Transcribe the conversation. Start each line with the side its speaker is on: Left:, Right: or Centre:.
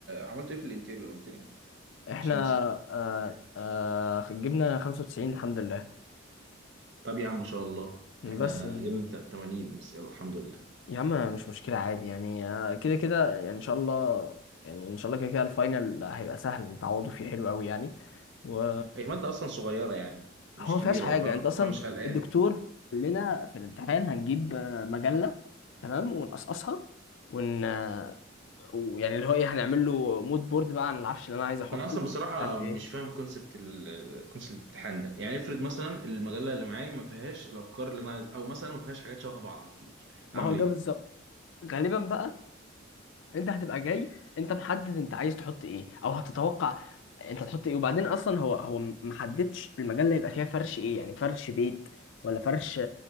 Right: عملتوا ايه في الانتيريور قلت لي
Left: احنا
Right: عشان نسيت
Left: آه آه جبنا 95 الحمد لله
Right: طب يا عم ما شاء الله
Left: بس
Right: احنا
Left: يعني
Right: جبنا تا- 80 بس يلا الحمد لله
Left: يا عم مش مشكلة عادي يعني آه، كده كده يعني ان شاء الله يعني ان شاء الله كده كده الفاينل هيبقى سهل نتعوضوا فيه حلو قوي يعني و
Right: هي مادة اصلا صغيرة يعني مش
Left: هو ما
Right: كبيرة
Left: فيهاش حاجه
Right: ف...
Left: يعني انت اصلا
Right: فمش قلقان
Left: الدكتور قال لنا في الامتحان هنجيب آه، مجله تمام ونقصقصها ون آه، ويعني اللي هو ايه هنعمل له مود بورد بقى عن العفش اللي انا عايز احطه
Right: انا اصلا بصراحه
Left: مش عارف
Right: مش
Left: ايه
Right: فاهم كونسبت الكونسبت الامتحان ده يعني افرض مثلا المجله اللي معايا ما فيهاش الافكار اللي انا عايز او مثلا ما فيهاش حاجات شبه بعض كتير
Left: ما
Right: اعمل
Left: هو ده
Right: ايه
Left: بالظبط غالبا بقى انت هتبقى جاي انت محدد انت عايز تحط ايه او هتتوقع انت هتحط ايه وبعدين اصلا هو هو محددش المجال اللي هيبقى فيها فرش ايه يعني فرش بيت ولا فرش